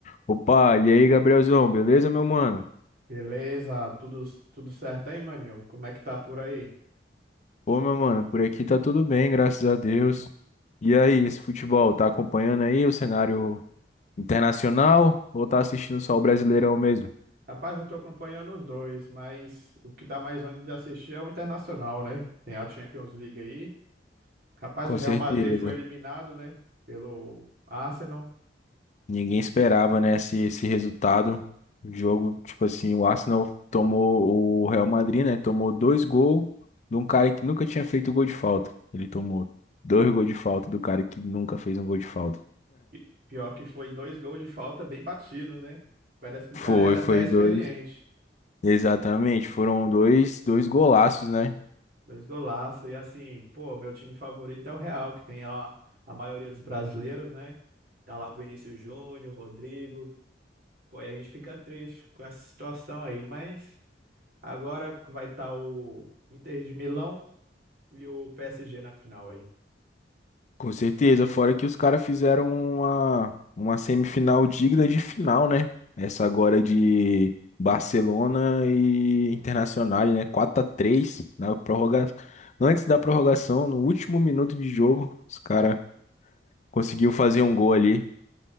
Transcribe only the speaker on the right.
Beleza, tudo, tudo certo, hein, maninho? Como é que tá por aí?
Rapaz, eu tô acompanhando os dois, mas o que dá mais ânimo de assistir é o Internacional, né? Tem a Champions League aí. Rapaz,
o Real
Madrid foi eliminado, né? Pelo Arsenal.
E Pior que foi dois gols de falta bem batido, né? Parece
que o
cara era até
experiente.
Dois golaços. E assim, pô, meu time favorito é o Real, que tem lá a maioria dos brasileiros, né? Tá lá o Vinícius Júnior, o Rodrigo. Pô, aí a gente fica triste com essa situação aí, mas agora vai estar o Inter de Milão e o PSG na final aí.